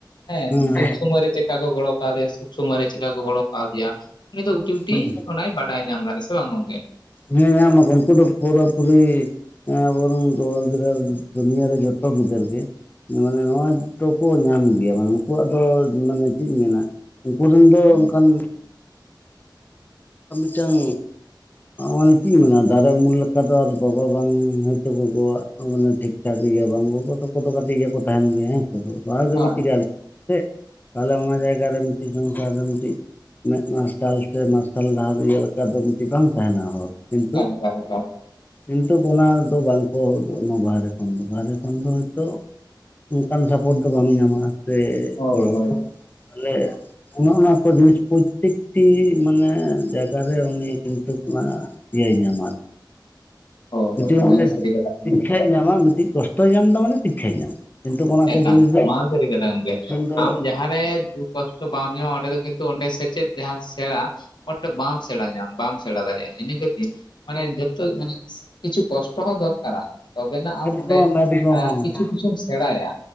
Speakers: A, on the left (about 70°); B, on the left (about 25°).
A: ᱦᱮᱸ
B: ᱦᱩᱸ
A: ᱫᱩᱠ ᱥᱚᱢᱚᱭ ᱨᱮ ᱪᱮᱫᱠᱟ ᱠᱚ ᱜᱚᱲᱚ ᱠᱟᱣᱫᱮᱭᱟ ᱥᱚᱢᱚᱭ ᱨᱮ ᱪᱮᱠᱟ ᱠᱚ ᱜᱚᱲᱚ ᱠᱟᱣᱫᱮᱭᱟ ᱩᱱᱤ ᱫᱚ ᱠᱩᱴᱤᱼᱩᱴᱤ
B: ᱦᱩᱸ
A: ᱚᱱᱟᱭ ᱵᱟᱰᱟᱭ ᱧᱟᱢ ᱫᱟ ᱥᱮ ᱵᱟᱝ ᱜᱚᱝᱠᱮ?
B: ᱦᱮᱸ ᱧᱟᱢ ᱟᱵᱚᱱ ᱩᱱᱠᱩ ᱫᱚ ᱯᱩᱨᱟᱹ ᱯᱤᱨᱤ ᱦᱮᱸ ᱟᱵᱚ ᱨᱤᱱ ᱴᱩᱣᱟᱹᱨ ᱜᱤᱫᱽᱨᱟᱹ ᱫᱩᱱᱤᱭᱟᱹ ᱨᱮ ᱡᱚᱛᱚ ᱜᱤᱫᱟᱹᱨ ᱜᱮ ᱢᱟᱱᱮ ᱱᱚᱣᱟ ᱫᱚ ᱠᱚ ᱧᱟᱢ ᱜᱮᱭᱟ ᱢᱟᱱᱮ ᱩᱱᱠᱩᱣᱟᱜ ᱫᱚ ᱢᱟᱱᱮ ᱪᱮᱫ ᱤᱧ ᱢᱮᱱᱟ ᱩᱱᱠᱩ ᱨᱤᱱ ᱫᱚ ᱚᱱᱠᱟᱱ ᱢᱤᱫᱴᱟᱹᱝ ᱢᱟᱱᱮ ᱪᱤᱧ ᱢᱮᱱᱟ ᱫᱟᱨᱮ ᱩᱢᱩᱞ ᱞᱮᱠᱟ ᱫᱚ ᱟᱨ ᱵᱟᱵᱟ ᱵᱟᱝ ᱦᱚᱭᱛᱚ ᱜᱚᱜᱚᱣᱟᱜ ᱢᱟᱱᱮ ᱴᱷᱤᱠ ᱟᱪᱪᱷᱟ ᱵᱟᱝ ᱠᱟᱛᱮ ᱜᱮ ᱠᱚ ᱛᱟᱦᱮᱱ ᱜᱮᱭᱟ ᱦᱮᱸ ᱥᱮ ᱵᱟᱝ
A: ᱦᱳᱭ
B: <unintelligible> ᱛᱟᱦᱚᱞᱮ ᱚᱱᱟ ᱡᱟᱭᱜᱟ ᱨᱮ ᱢᱤᱫᱴᱤᱡ <unintelligible> ᱢᱤᱫᱴᱤᱡ ᱢᱮᱫ ᱢᱟᱨᱥᱟᱞ ᱥᱮ ᱢᱟᱨᱥᱟᱞ ᱥᱟᱞ ᱰᱟᱦᱟᱨ ᱤᱭᱟᱹ ᱞᱮᱠᱟ ᱫᱚ ᱢᱤᱫᱴᱤᱡ ᱵᱟᱝ ᱛᱟᱦᱮᱱᱟ ᱦᱚᱲ ᱠᱤᱱᱛᱩ
A: ᱮᱠᱟᱞ ᱮᱠᱟᱞ ᱮᱠᱟᱞ
B: ᱠᱤᱱᱛᱩ ᱚᱱᱟ ᱫᱚ ᱵᱟᱝᱠᱚ ᱩᱫᱩᱜ ᱟᱢᱟ ᱵᱟᱦᱨᱮ ᱠᱷᱚᱱ ᱫᱚ ᱵᱟᱦᱨᱮ ᱠᱷᱚᱱ ᱫᱚ ᱦᱚᱭᱛᱳ ᱚᱱᱠᱟᱱ ᱥᱟᱯᱳᱨᱴ ᱫᱚ ᱵᱟᱢ ᱧᱟᱢᱟ ᱥᱮ
A: ᱦᱳᱭ
B: ᱜᱚᱲᱚ
A: ᱦᱳᱭ
B: ᱛᱟᱦᱚᱞᱮ ᱚᱱᱮ ᱚᱱᱟ ᱠᱚ ᱡᱤᱱᱤᱥ ᱯᱨᱚᱛᱛᱮᱠᱴᱤ ᱢᱟᱱᱮ ᱡᱟᱭᱜᱟ ᱨᱮ ᱩᱱᱤ ᱠᱤᱱᱛᱩ ᱚᱱᱟ ᱤᱭᱟᱹᱭ ᱧᱟᱢᱟ
A: ᱦᱳᱭ
B: ᱢᱤᱫᱴᱤᱡ
A: ᱦᱳᱭ ᱱᱚᱣᱟ ᱫᱚ ᱥᱟᱹᱨᱤ ᱠᱟᱛᱷᱟ ᱠᱟᱱᱟ
B: ᱥᱤᱠᱠᱷᱟᱭ ᱧᱟᱢᱟ ᱢᱤᱫᱴᱤᱡ ᱠᱚᱥᱴᱚᱭ ᱧᱟᱢ ᱫᱟ ᱢᱟᱱᱮ ᱥᱤᱠᱠᱟᱭ ᱧᱟᱢᱟ ᱠᱤᱱᱛᱩ ᱚᱱᱟ
A: ᱮᱠᱟᱞ
B: ᱠᱚ ᱡᱤᱱᱤᱥ
A: ᱱᱚᱣᱟ ᱫᱚ ᱥᱟᱹᱨᱤ ᱠᱟᱛᱷᱟ ᱜᱚᱝᱠᱮ
B: ᱫᱚ
A: ᱟᱢ ᱡᱟᱦᱟᱸᱨᱮ ᱫᱩᱠ ᱠᱚᱥᱴᱚ ᱵᱟᱢ ᱧᱟᱢᱟ ᱚᱸᱰᱮ ᱫᱚ ᱠᱤᱱᱛᱩ ᱚᱸᱰᱮ ᱥᱮᱪᱮᱫ ᱡᱟᱦᱟᱸ ᱥᱮᱬᱟ ᱚᱸᱰᱮ ᱵᱟᱢ ᱥᱮᱬᱟ ᱧᱟᱢᱟ ᱵᱟᱢ ᱥᱮᱬᱟ ᱫᱟᱲᱮᱭᱟᱜᱼᱟ ᱤᱱᱟᱹ ᱠᱷᱟᱹᱛᱤᱨ ᱢᱟᱱᱮ ᱡᱚᱛᱚ ᱢᱟᱱᱮ ᱠᱤᱪᱷᱩ ᱠᱚᱥᱴᱚ ᱦᱚᱸ ᱫᱚᱨᱠᱟᱨᱟ ᱛᱚᱵᱮᱱᱟᱜ ᱟᱢ
B: ᱮᱠᱫᱚᱢ
A: ᱚᱸᱰᱮ
B: ᱮᱠᱫᱚᱢ
A: ᱠᱤᱪᱷᱩ ᱠᱤᱪᱷᱩᱢ ᱥᱮᱬᱟᱭᱟ